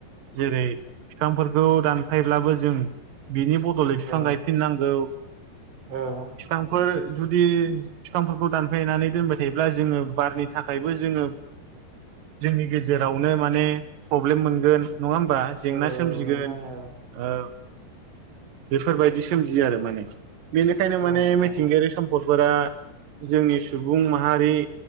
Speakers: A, on the right; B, on the right.
A: जेरै बिफांफोरखौ दानफायब्लाबो जों बिनि गलै
B: औ
A: बिफां गायफिननांगौ
B: औ
A: बिफांफोर जुदि बिफांफोरखौ दानफ्लेनानै दोनबाय थायोब्ला जोङो बारनि थाखायबो जोङो जोंनि गेजेरावनो माने प्रब्लेम मोनगोन नङा होमबा जेंना
B: औ
A: सोमजिगोन
B: नोंथां औ
A: औ बेफोरबायदि सोमजियो आरो माने बेनिखायनो
B: औ
A: माने
B: नोंथां
A: मिथिंगायारि
B: औ
A: सम्पदफोरा जोंनि सुबुं माहारि